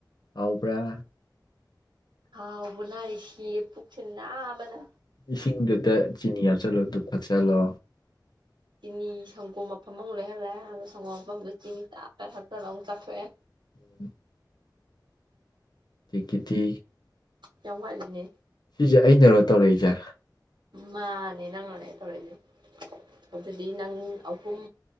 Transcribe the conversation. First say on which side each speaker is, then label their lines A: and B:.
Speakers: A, on the left; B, on the right.
A: ꯍꯥꯎꯕ꯭ꯔꯥ
B: ꯍꯥꯎꯕꯨꯅꯔꯤ ꯁꯤ ꯄꯨꯛꯁꯤꯗꯥꯕꯅ
A: ꯏꯁꯤꯡꯗꯨꯗ ꯆꯤꯅꯤ ꯍꯥꯞꯆꯤꯜꯂꯣ ꯑꯗꯨ ꯐꯠꯆꯜꯂꯣ
B: ꯆꯤꯅꯤ ꯁꯪꯒꯣꯝ ꯃꯐꯝ ꯑꯃꯨꯛ ꯂꯩꯍꯜꯂꯦ ꯑꯗꯣ ꯁꯪꯒꯣꯝ ꯃꯐꯝꯗ ꯆꯤꯅꯤ ꯇꯥꯞꯄ ꯊꯛꯇꯅ ꯑꯃꯨꯛ ꯆꯥꯊꯣꯛꯑꯦ
A: ꯎꯝ ꯇ
B: ꯌꯥꯝ ꯋꯥꯠꯂꯤꯅꯦ
A: ꯁꯤꯁꯦ ꯑꯩꯅꯔꯣ ꯇꯧꯔꯛꯏꯁꯦ
B: ꯃꯥꯅꯦ ꯅꯪꯉꯅꯦ ꯇꯧꯔꯛꯏꯁꯦ ꯑꯗꯨꯗꯤ ꯅꯪ ꯑꯍꯨꯝ